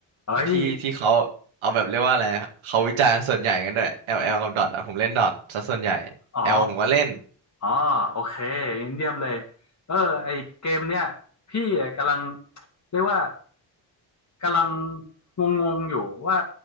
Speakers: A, on the left (about 35°); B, on the right (about 80°).
A: เฮ้ย
B: ที่ที่เขาเอาแบบเรียกว่าอะไรเขาวิจารณ์ส่วนใหญ่กันด้วย l ลแอลกับดอทอ่ะผมเล่นดอทซะส่วนใหญ่
A: อ๋อ
B: L ผมก็เล่น
A: อ๋อโอเคงั้นเยี่ยมเลยเออไอเกมเนี่ยพี่กำลังเรียกว่ากำลังงงๆอยู่ว่า